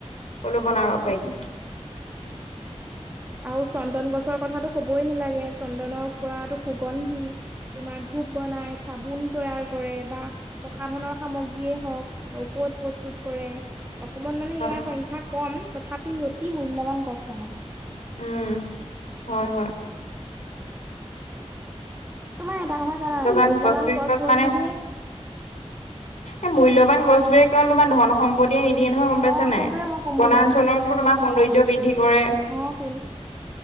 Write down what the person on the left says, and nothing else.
সকলো বনাব পাৰি।
হয়,
উম হয় হয়
মূল্যবান
গছবোৰে
কেৱল
মানে
এই মূল্যৱান গছবোৰে কেৱল তোমাৰ ধন <unintelligible> সম্পত্তিয়ে নিদিয়ে নহয় গম পাইছা
নাই,
বনাঞ্চলতো
তোমাৰ সৌন্দৰ্য বৃদ্ধি কৰে। <unintelligible>